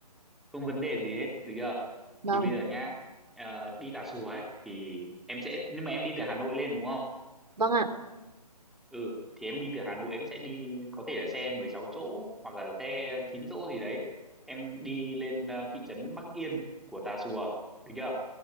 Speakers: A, in the centre; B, on the right (about 75°).
A: không vấn đề gì hết được chưa
B: Vâng.
A: thì bây giờ nha ờ, đi Tà Xùa ấy thì em sẽ nhưng mà em đi từ Hà Nội lên đúng không
B: Vâng ạ.
A: ừ thì em đi từ Hà Nội em sẽ đi có thể là xe 16 chỗ hoặc là xe 9 chỗ gì đấy em đi lên ờ, thị trấn Bắc Yên của Tà Xùa được chưa